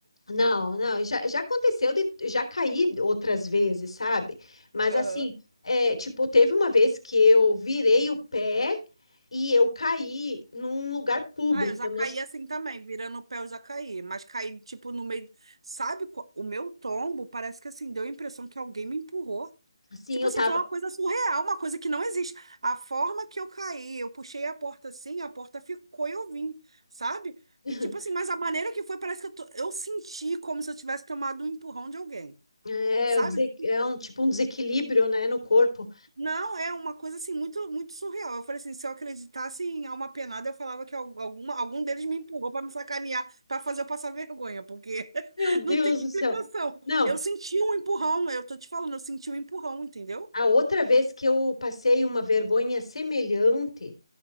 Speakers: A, on the left (about 85°); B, on the right (about 75°).
A: Não, não, já, já aconteceu de, já caí outras vezes, sabe? Mas
B: Aham.
A: assim, é, tipo, teve uma vez que eu virei o pé e eu caí num lugar público.
B: Ah, eu já
A: Nossa,
B: caí assim também, virando o pé eu já caí, mas caí tipo no meio, sabe, co- o meu tombo parece que assim, deu a impressão que alguém me empurrou.
A: assim,
B: Tipo
A: eu
B: assim,
A: tava,
B: foi uma coisa surreal, uma coisa que não existe. A forma que eu caí, eu puxei a porta assim, a porta ficou e eu vim, sabe?
A: <laughs>
B: E tipo assim, mas a maneira que foi, parece que eu, tô- eu senti como se eu tivesse tomado um empurrão de alguém,
A: é,
B: sabe?
A: eu dese- é um tipo um desequilíbrio, né, no corpo.
B: Não, é uma coisa assim muito muito surreal. Eu falei assim, se eu acreditasse em alma penada, eu falava que al- alguma, algum deles me empurrou para me sacanear, para fazer eu passar vergonha, porque <laughs>
A: Meu Deus
B: não tem explicação.
A: do céu. Não,
B: Eu senti um empurrão, eu tô te falando, eu senti um empurrão, entendeu?
A: a outra vez que eu passei uma vergonha semelhante